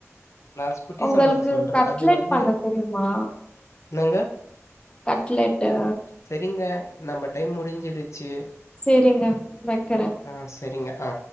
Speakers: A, on the left (about 65°); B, on the left (about 20°).
A: நான் குட்டி
B: உங்களுக்கு
A: சமோசா சொல்றேன்.
B: கட்லெட்
A: அது வந்து
B: பண்ண தெரியுமா
A: என்னங்க
B: கட்லெட்டு
A: செரிங்க நம்ப டைம் முடிஞ்சிடுச்சு
B: சேரிங்க வைக்கற
A: ஆ செரிங்க ஆ